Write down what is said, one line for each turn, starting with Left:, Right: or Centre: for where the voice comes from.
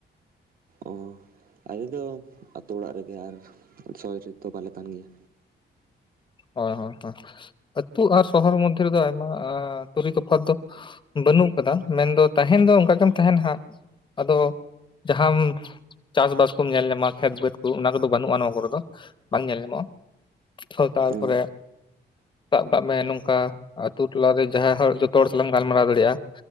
Right: ᱚ ᱟᱞᱮ ᱫᱚ ᱟᱹᱛᱳ ᱚᱲᱟᱜ ᱨᱮᱜᱮ ᱟᱨ ᱥᱚᱦᱚᱨ ᱨᱮ ᱫᱚ ᱵᱟᱞᱮ ᱛᱟᱦᱮᱸᱱ ᱜᱮᱭᱟ᱾
Left: ᱦᱳᱭ ᱦᱳᱭ ᱦᱚ ᱟᱹᱛᱩ ᱟᱨ ᱥᱚᱦᱚᱨ ᱢᱚᱫᱽᱫᱷᱮ ᱨᱮᱫᱚ ᱟᱭᱢᱟ ᱛᱩᱨᱤ ᱛᱚᱯᱷᱟᱛ ᱫᱚ ᱵᱟᱹᱱᱩᱜ ᱟᱠᱟᱫᱟ ᱢᱮᱱᱫᱚ ᱛᱟᱦᱮᱸᱱ ᱫᱚ ᱚᱱᱠᱟ ᱜᱮᱢ ᱛᱟᱦᱮᱸᱱᱟ ᱦᱟᱸᱜ, ᱟᱫᱚ ᱡᱟᱦᱟᱸᱢ ᱪᱟᱥ ᱵᱟᱥ ᱠᱚᱢ ᱧᱮᱞ ᱧᱟᱢᱟ ᱠᱷᱮᱛ ᱵᱮᱫᱽ ᱠᱚ ᱚᱱᱟ ᱠᱚᱫᱚ ᱵᱟᱹᱱᱩᱜᱼᱟ ᱱᱚᱣᱟ ᱠᱚᱨᱮ ᱫᱚ ᱵᱟᱝ ᱧᱮᱞ ᱧᱟᱢᱚᱜᱼᱟ᱾ ᱛ ᱛᱟᱨᱯᱚᱨᱮ
Right: ᱚ
Left: ᱥᱟᱵ ᱠᱟᱜ ᱢᱮ ᱱᱚᱝᱠᱟ ᱟᱛᱳ ᱴᱚᱞᱟᱨᱮ ᱡᱟᱦᱟᱸᱭ ᱦᱚᱲ ᱡᱚᱛᱚ ᱦᱚᱲ ᱥᱟᱞᱟᱜ ᱮᱢ ᱜᱟᱞᱢᱟᱨᱟᱣ ᱫᱟᱲᱮᱭᱟᱜᱼᱟ᱾